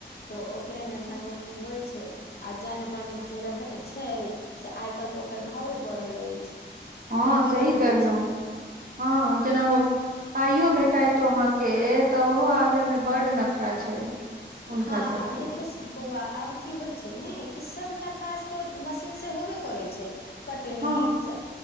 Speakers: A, on the left; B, on the right.
A: तऽ ओकरे मे धन रोपनी होई छै आ जनवन जे रह छै से आइ काल्ह तऽ ओकर भावे बढ़ल अछि
B: हँ
A: अयबे
B: सही
A: नहि करै
B: केहलहु
A: छै
B: हँ जेना ओ पाईयो भेटात अहाँ के तऽ ओहो आबे में बड नखरा छै हुनका
A: हँ
B: सबके
A: आ आ देखियौ स बौआ आब की होइ छै ने कि सभटा काज तऽ मशीन से होबे करै छै कटनी
B: हँ
A: स्‌